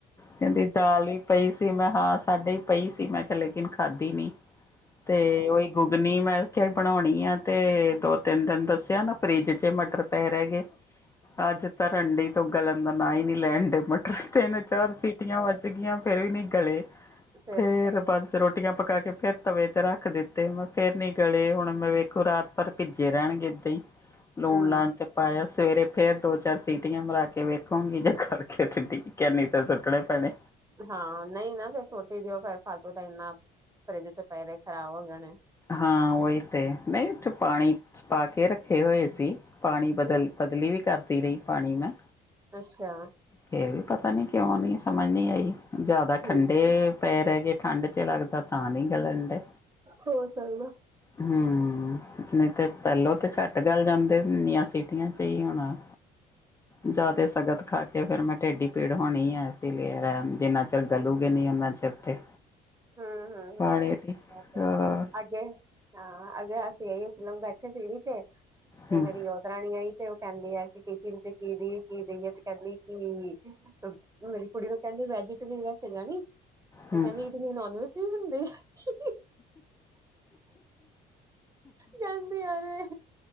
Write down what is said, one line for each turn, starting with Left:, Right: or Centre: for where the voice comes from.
Left: ਕਹਿੰਦੀ ਦਾਲ ਈ ਪਈ ਸੀ ਮੈਂ ਹਾਂ ਸਾਡੇ ਹੀ ਪਈ ਸੀ ਮੈਂ ਕਿਹਾ ਲੇਕਿਨ ਖਾਧੀ ਨੀ ਤੇ ਉਹੀ ਗ ਨੀ ਮੈਂ ਖਿਆ ਬਣਾਉਣੀ ਆ ਤੇ ਦੋ ਤਿੰਨ ਦਿਨ ਦੱਸਿਆ ਨਾ ਫਰਿਜ ਚ ਮਟਰ ਪੈ ਰਹਿ ਗੇ ਅੱਜ ਧਰਨ ਡੀ ਤੇ ਉਹ ਗਲਣ ਦਾ ਨਾ ਹੀ ਨੀ ਲੈਣ ਡੇ ਮਟਰ ਤਿੰਨ ਚਾਰ ਸੀਟੀਆਂ ਵੱਜ ਗਈਆਂ ਫੇਰ ਵੀ ਨੀ ਗਲੇ
Right: ਫਿਰ
Left: ਫੇਰ ਬਸ ਰੋ ਟੀਆਂ ਪਕਾ ਕੇ ਫੇਰ ਤਵੇ ਤੇ ਰੱਖ ਦਿੱਤੇ ਮੈਂ ਫੇਰ ਨੀ ਗਲੇ ਹੁਣ ਮੈਂ ਵੇਖੋ ਰਾਤ ਭਰ ਭਿੱਜੇ ਰਹਿਣਗੇ। ਅਤੇ <unintelligible> ਲੂਣ
Right: ਹੂੰ
Left: ਲਾਣ ਤੇ ਪਾਇਆ ਸਵੇਰੇ ਫੇਰ ਦੋ ਚਾਰ ਸੀਟੀਆਂ ਮਰਾ ਕੇ ਵੇਖੂੰਗੀ ਜੇ ਗਲਗੇ ਗੇ ਆ ਨੀ ਤੇ ਸੁੱਟਣੇ ਪੈਣੇ।
Right: ਹਾਂ ਨਹੀਂ ਨਾ ਫੇਰ ਸੁਟ ਈ ਦਿਓ ਫੇਰ ਫਾਲਤੂ ਤਾਂ ਇੰਨਾ ਫਰਿੱਜ ਚ ਪਏ ਰਹੇ ਖ਼ਰਾਬ ਹੋ ਜਾਣੇ
Left: ਹਾਂ ਉਹੀ ਤੇ ਨਹੀਂ ਥ ਪਾਣੀ ਚ ਪਾ ਕੇ ਰੱਖੇ ਹੋਏ ਸੀ। ਪਾਣੀ ਬਦਲ
Right: ਹੂੰ
Left: ਬਦਲੀ ਵੀ ਕਰਦੀ ਰਹੀ ਪਾਣੀ ਮੈਂ।
Right: ਅੱਛਾ
Left: ਫੇਰ ਵੀ ਪਤਾ ਨੀ ਕਿਉਂ ਨਹੀਂ ਸਮਝ ਨਹੀਂ ਆਈ ਜ਼ਿਆਦਾ
Right: ਹੂੰ
Left: ਠੰਡੇ ਪੈਰ ਰਹਿ ਗਏ ਠੰਡ 'ਚ ਲੱਗਦਾ ਤਾਂ ਨਹੀਂ ਗਲਣਡਏ
Right: ਹੋ ਸਕਦਾ
Left: ਹਮ ਨਹੀਂ ਤੇ ਪਹਿਲੋਂ ਤੇ ਝੱਟ ਗੱਲ ਜਾਂਦੇ ਇਨੀਆਂ ਸੀ- - ਪਤੀਆਂ <unintelligible> ਚਹੀ ਹੋਣਾ। ਜ਼ਿਆਦਾ ਸਗਤ ਖਾ ਕੇ ਫੇਰ ਮੈਂ ਟਢੇਡੀ ਪੀੜ ਹੋਣੀ ਆ ਇਸ ਲਈ ਰਹਿ ਨਾ ਚਕ ਗਲੂਗੇ ਨਹੀਂ ਓਨਾ ਚਿਰ ਤੇ
Right: ਹੂੰ ਹੂੰ
Left: ਪਾਣੀ
Right: ਹੂੰ,
Left: ਦੀ
Right: ਤੇ
Left: ਹਾਂ
Right: ਅੱਗੇ ਹਾਂ ਅੱਗੇ ਅਸੀਂ ਆਈ ਫਿਲਮ ਬੈਠੇ ਸੀੜੀ ਚ ਤੇ
Left: ਹੂੰ
Right: ਮੇਰੀ ਓਹ ਰਾਣੀ ਆਈ। ਤੇ ਉਹ ਕਹਿੰਦੀ ਐ ਕਿ ਟਿਫਿਨ ਚ ਕੀ ਦੀਈਏ ਕੀ ਦੇਈਏ ਤੇ ਕਹਿੰਦੀ ਕਿ ਮੇਰੀ ਕੁੜੀ ਨੂੰ ਕਹਿੰਦੀ ਵੈਜੀਟਬਸਗਾ ਨਿੰਮ <unintelligible> ਤੇ
Left: ਹੂੰ
Right: ਕਹਿੰਦੀ ਇਡਲੀ ਨੋਨ ਵੈਜ ਵੀ ਬਣਦੇ ਆ ਕਹਿੰਦੀ ਅਰੇ